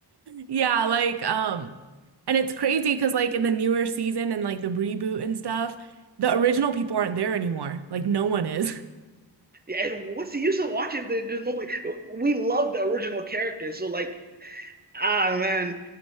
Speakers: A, on the right; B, on the right.
A: Yeah, like um and it's crazy because like in the newer season and like the reboot and stuff, the original people aren't there anymore. Like no one is.
B: Yeah, and what's the use of watching if there's nobody? We love the original character, so like, ah man,